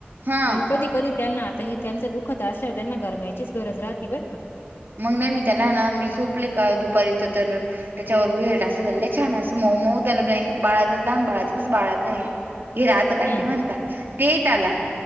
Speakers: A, on the right; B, on the left.
A: हा
B: पण कधी कधी त्यांना आता हे त्यांच दुःखत असल्यावर त्यांना गरमायचीच गरज राहती बर का.
A: मग नाही, मी त्याला ना मी झोपले का दुपारी इथ तर त्याच्यावरहेट असे त्या छान असं मऊ मऊ त्याला बाळाच लहान बाळाच कसं बाळात आहे. घ राहता काय
B: हम्म
A: ते म्हणता ते यट आला.